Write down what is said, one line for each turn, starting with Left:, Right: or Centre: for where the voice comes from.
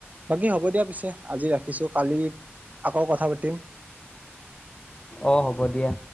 Right: বাকী হ'ব দিয়া পিছে আজি ৰাখিছো কালি আকৌ কথা পাতিম।
Left: অঁ হ'ব দিয়া।